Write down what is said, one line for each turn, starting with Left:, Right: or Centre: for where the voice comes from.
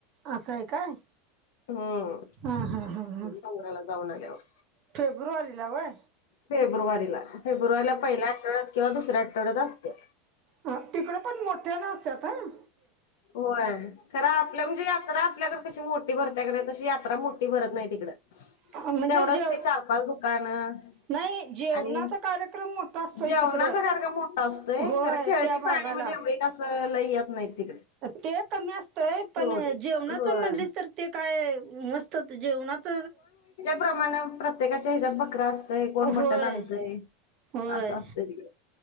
Right: असं आहे काय.
Left: हम्म,
Right: हा हा हा हा
Left: डोंगराला जाऊन आल्यावर.
Right: फेब्रुवारीला व्हय?
Left: फेब्रुवारीला, फेब्रुवारीला पहिल्या आठवड्यात किंवा दुसऱ्या आठवड्यात असत्या.
Right: हां, तिकड पण मोठ्यानं असत्यात हं.
Left: होय, खरं आपल्या म्हणजे यात्रा आपल्याकडं कशी मोठी भरत्या कणी तशी यात्रा मोठी भरत नाही तिकडं.
Right: म्हणजे
Left: तेवढंच
Right: जेव
Left: ते चार पाच दुकान आणि
Right: नाही जेवणाचा कार्यक्रम मोठा असतोय
Left: जेवणाचा
Right: तिकडं
Left: कार्यक्रम मोठा असतोय
Right: होय
Left: खर खेळणी
Right: त्या
Left: पाळणी
Right: भागाला
Left: म्हणजे एक ये असं लयं येत नाही तिकडे.
Right: ते कमी अस ते पण,
Left: सोड
Right: जेवणाच
Left: होय
Right: म्हणलीस तर ते काय मस्त जेवणाच
Left: प्रमाणे, प्रत्येकाच्या हेच्यात बकर अस तय कोण
Right: होय
Left: मटण आणतय
Right: होय
Left: असं असतंय तिकड.